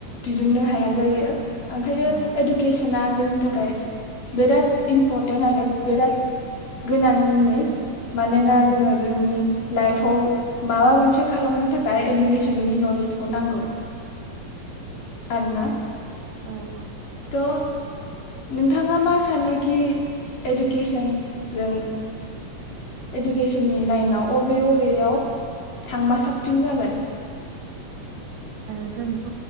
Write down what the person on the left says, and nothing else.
दिरूननो हाया जायो ओंखायनो
इडुकेसना जोंनि थाखाय बेराद इम्परटेन्ट आरो बेराद गोनां जिनिस मानोना
जोङो जोंनि लाइफाव माबा मोनसे खालामनो थाखाय इडुकेसननि नलेजखौ नांगौ आरोना
त' नोंथाङा मा सानोखि इडुकेसन जों इडुकेसननि लाइनाव अबे अबेयाव थांबा साबसिन जागोन